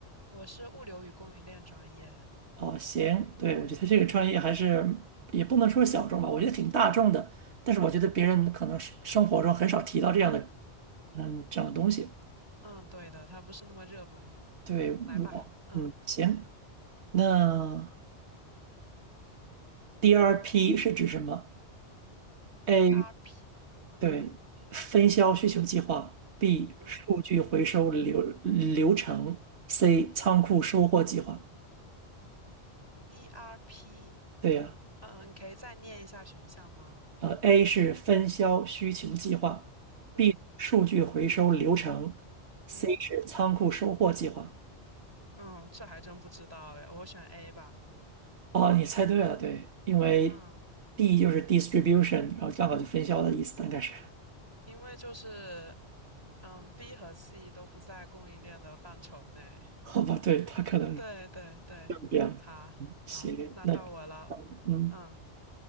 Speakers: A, on the right; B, on the right.
A: 我是物流与供应链专业。
B: 哦，行，对，我觉得这个专业还是也不能说小众吧，我觉得挺大众的，但是我觉得别人可能是生活中很少提到这样的，嗯，这样的东西。
A: 嗯，对的，它不是那么热门。
B: 对，
A: 来吧，
B: 我，
A: 嗯
B: 嗯，行，那 DRP 是指什么？A，
A: ，DRP，嗯
B: 对，分销需求计划；B，
A: 嗯
B: 数据回收流流程；C，仓库收货计划。
A: ，DRP，
B: 对呀、
A: 嗯，你可以再念一下选项吗？
B: 呃，A 是分销需求计划，B
A: 嗯
B: 数据回收流程，C
A: 嗯
B: 是仓库收货计划。
A: 嗯，这还真不知道诶，我选 A 吧。
B: 哦，你猜对了，对，因为
A: 嗯，
B: D 就是 distribution，然后刚好就分销的意思，大概是，
A: 因为就是嗯，B 和 C 都不在供应链的范畴内。
B: 好吧，对，它可能是
A: 对对对，
B: 这样的
A: 好好，
B: 行，
A: 那到我了。
B: 那嗯
A: 嗯，